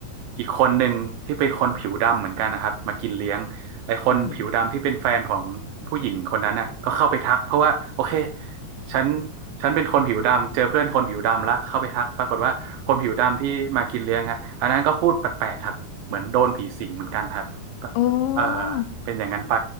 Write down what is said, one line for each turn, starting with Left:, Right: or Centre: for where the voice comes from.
Right: อีกคนหนึ่งที่เป็นคนผิวดำเหมือนกันนะครับมากินเลี้ยงไอ้คนผิวดำที่เป็นแฟนของผู้หญิงคนนั้นน่ะก็เข้าไปทักเพราะว่าโอเค
Left: อืม
Right: ฉันฉันเป็นคนผิวดำเจอเพื่อนคนผิวดำละเข้าไปทักปรากฏว่าคนผิวดำที่มากินเลี้ยงฮะอันนั้นก็พูดแปลกๆครับเหมือนโดนผีสิงเหมือนกันครับ
Left: อ๋อ
Right: เออเป็นอย่างนั้นไป